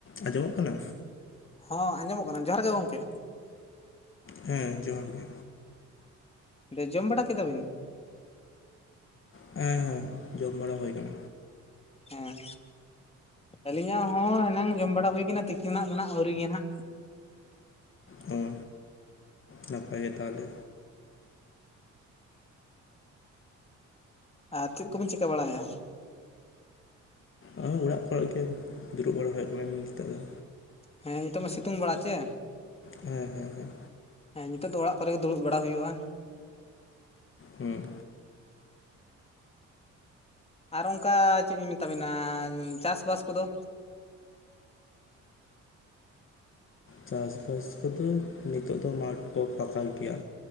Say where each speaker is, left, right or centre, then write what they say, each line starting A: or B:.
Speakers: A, on the left; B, on the left.
A: ᱟᱸᱡᱚᱢᱚᱜ ᱠᱟᱱᱟ?
B: ᱦᱚᱸ ᱟᱸᱡᱚᱢᱚᱜ ᱠᱟᱱᱟ ᱡᱚᱦᱟᱨ ᱜᱮ ᱜᱚᱝᱠᱮ
A: ᱦᱮᱸ ᱡᱚᱦᱟᱨ ᱜᱮ
B: ᱡᱚᱢ ᱵᱟᱲᱟ ᱠᱮᱫᱟ ᱵᱤᱱ?
A: ᱦᱮᱸ ᱦᱮᱸ ᱡᱚᱢ ᱵᱟᱲᱟ ᱦᱩᱭ ᱠᱟᱱᱟ᱾
B: ᱦᱮᱸ ᱟᱹᱞᱤᱧᱟᱜ ᱦᱚᱸ ᱮᱱᱟᱝ ᱡᱚᱢ ᱵᱟᱲᱟ ᱦᱩᱭ ᱠᱟᱱᱟ ᱛᱤᱠᱤᱱ ᱱᱟᱜ ᱫᱚ ᱱᱟᱦᱟᱜ ᱟᱹᱣᱨᱤ ᱜᱤ ᱱᱟᱦᱟᱜ
A: ᱦᱚᱸ ᱱᱟᱯᱟᱭ ᱜᱮ ᱛᱟᱞᱦᱮ
B: ᱟᱨ ᱪᱮᱫ ᱠᱚᱵᱤᱱ ᱪᱤᱠᱟ ᱵᱟᱲᱟᱭᱮᱜᱼᱟ?
A: ᱚᱸ ᱚᱲᱟᱜ ᱠᱚᱨᱮᱜ ᱜᱮ ᱫᱩᱲᱩᱵ ᱵᱟᱲᱟ ᱦᱩᱭᱩᱜ ᱠᱟᱱᱟ ᱱᱤᱛᱚᱜ ᱫᱚ
B: ᱦᱮᱸ ᱱᱤᱛᱚᱜ ᱢᱟ ᱥᱤᱛᱩᱝ ᱵᱮᱲᱟ ᱪᱮ
A: ᱦᱮᱸ ᱦᱮᱸ ᱦᱮᱸ
B: ᱦᱮᱸ ᱱᱤᱛᱚᱜ ᱫᱚ ᱚᱲᱟᱜ ᱠᱚᱨᱮ ᱜᱮ ᱫᱩᱲᱩᱵ ᱵᱟᱲᱟ ᱦᱩᱭᱩᱜᱼᱟ᱾
A: ᱦᱩᱸ
B: ᱟᱨ ᱚᱝᱠᱟ ᱪᱮᱫ ᱤᱧ ᱢᱮᱛᱟ ᱵᱤᱱᱟ ᱪᱟᱥᱵᱟᱥ ᱠᱚᱫᱚ
A: ᱪᱟᱥᱵᱟᱥ ᱠᱚᱫᱚ ᱱᱤᱛᱚᱜ ᱫᱚ ᱢᱟᱴᱷ ᱫᱚ ᱯᱷᱟᱠᱟᱞ ᱜᱮᱭᱟ᱾